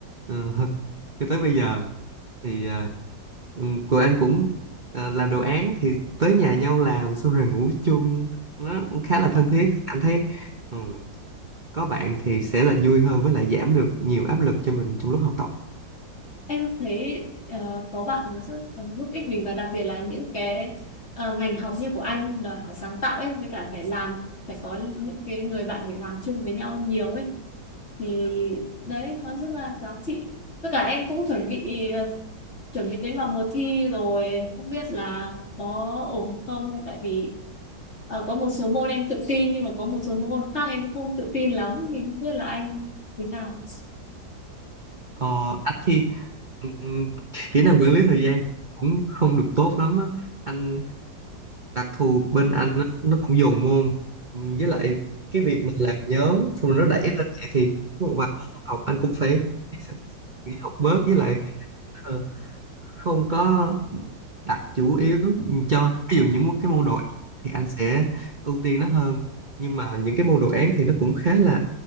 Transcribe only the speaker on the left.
Em thấy ờ, có bạn nó rất là giúp ích mình và đặc biệt là những cái ờ, ngành học như của anh đòi hỏi sáng tạo ấy với cả phải làm phải có những cái người bạn để làm chung với nhau nhiều ấy thì đấy nó rất là giá trị. Tất cả em cũng chuẩn bị ờ, chuẩn bị đến vào mùa thi rồi không biết là có ổn không tại vì ờ, có một số môn em tự tin nhưng mà có một số môn khác em không tự tin lắm thì không biết là anh thế nào.